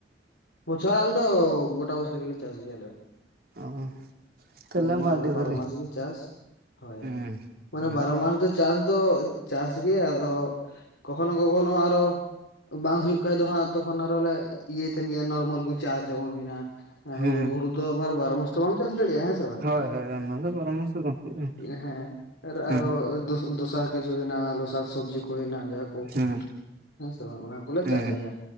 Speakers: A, on the left; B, on the right.
A: ᱵᱚᱪᱷᱚᱨ ᱟᱞᱮᱫᱚ ᱜᱚᱴᱟ ᱵᱚᱪᱷᱚᱨ ᱜᱮᱞᱮ ᱪᱟᱥ ᱜᱮᱭᱟᱞᱮ᱾
B: ᱚ᱾ ᱛᱟᱦᱚᱞᱮ
A: ᱦᱩᱸ
B: ᱢᱟ
A: ᱵᱟᱨᱚ
B: ᱟᱹᱰᱤ
A: ᱵᱟᱨᱚ
B: ᱵᱷᱟᱹᱞᱤ
A: ᱢᱟᱥ ᱜᱮ ᱪᱟᱥ ᱦᱳᱭ᱾
B: ᱦᱩᱸ
A: ᱢᱟᱱᱮ
B: ᱦᱩᱸ
A: ᱵᱟᱨᱚ ᱢᱟᱥ ᱫᱚ ᱪᱟᱥ ᱫᱚ ᱪᱟᱥ ᱜᱮ, ᱟᱫᱚ ᱠᱚᱠᱷᱚᱱᱳ ᱠᱚᱠᱷᱚᱱᱳ ᱟᱨᱚ ᱵᱟᱝ ᱦᱩᱭᱩᱜ ᱠᱷᱟᱡ ᱫᱚ ᱦᱟᱸᱜ ᱛᱚᱠᱷᱚᱱ ᱟᱨᱚᱞᱮ ᱤᱭᱟᱹ ᱛᱮᱱ ᱜᱮᱭᱟ ᱱᱚᱨᱢᱟᱞ ᱜᱩ ᱪᱟᱥ ᱡᱚᱠᱷᱚᱱ ᱦᱩᱭᱱᱟ ᱮᱸ
B: ᱦᱩᱸ
A: ᱦᱩᱲᱩ, ᱦᱩᱲᱩ ᱛᱚ ᱟᱵᱟᱨ ᱵᱟᱨᱚ ᱢᱟᱥ ᱛᱚ ᱵᱟᱢ ᱪᱟᱥ ᱫᱟᱲᱮᱭᱟᱜ-ᱟ ᱦᱮᱸ᱾ ᱥᱮ ᱵᱟᱝ
B: ᱦᱳᱭ ᱦᱳᱭ ᱚᱱᱟ ᱫᱚ ᱵᱟᱨᱚ ᱢᱟᱥ ᱫᱚ ᱵᱟᱝ ᱦᱩᱭᱩᱜᱼᱟ
A: <unintelligible> ᱦᱮᱸ ᱟᱨ
B: ᱦᱩᱸ
A: ᱟᱨᱚ ᱫᱚᱥ ᱫᱚᱥᱟᱨ ᱠᱤᱪᱷᱩ ᱦᱩᱭᱱᱟ ᱟᱞᱩ ᱥᱟᱠᱥᱚᱵᱽᱡᱤ ᱠᱩ ᱦᱩᱭᱮᱱᱟ ᱡᱟᱦᱟᱸ ᱠᱚ
B: ᱦᱩᱸ
A: ᱦᱮᱸ ᱥᱮ ᱵᱟᱝ ᱚᱱᱟ ᱠᱚᱞᱮ
B: ᱦᱩᱸ
A: ᱪᱟᱥ ᱜᱮᱭᱟ᱾